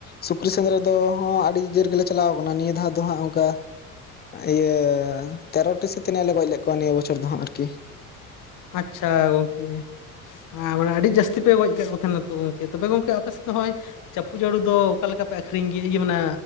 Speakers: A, on the left; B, on the left.
A: ᱥᱩᱠᱨᱤ ᱥᱮᱸᱫᱽᱨᱟ ᱫᱚ ᱦᱚᱸ ᱟᱹᱰᱤ ᱡᱳᱨ ᱜᱮᱞᱮ ᱪᱟᱞᱟᱣ ᱠᱟᱱᱟ ᱱᱤᱭᱟᱹ ᱫᱷᱟᱣ ᱫᱚ ᱦᱟᱸᱜ ᱚᱱᱠᱟ ᱤᱭᱟᱹ ᱛᱮᱨᱚᱴᱤ ᱥᱮ ᱛᱤᱱᱟᱹᱜ ᱞᱮ ᱜᱚᱡ ᱞᱮᱫ ᱠᱚᱣᱟ ᱱᱤᱭᱟᱹ ᱵᱚᱪᱷᱚᱨ ᱫᱚ ᱦᱟᱸᱜ ᱟᱹᱨᱠᱤ ᱾
B: ᱟᱪᱪᱷᱟ ᱜᱚᱝᱠᱮ ᱟᱨ ᱢᱟᱱᱮ ᱟᱰᱤ ᱡᱟᱹᱥᱛᱤ ᱯᱮ ᱜᱚᱡ ᱠᱟᱜ ᱛᱟᱦᱮᱱᱟ ᱛᱚ ᱜᱚᱝᱠᱮ ᱛᱚᱵᱮ ᱜᱚᱝᱠᱮ ᱟᱯᱮ ᱥᱮᱫ ᱫᱚ ᱦᱚᱸᱜᱼᱚᱭ ᱪᱟᱯᱩ ᱡᱚᱲᱩ ᱫᱚ ᱚᱠᱟ ᱞᱮᱠᱟ ᱯᱮ ᱟᱹᱠᱷᱨᱤᱧ ᱜᱮᱭᱟ ᱤᱭᱟᱹ ᱢᱟᱱᱮ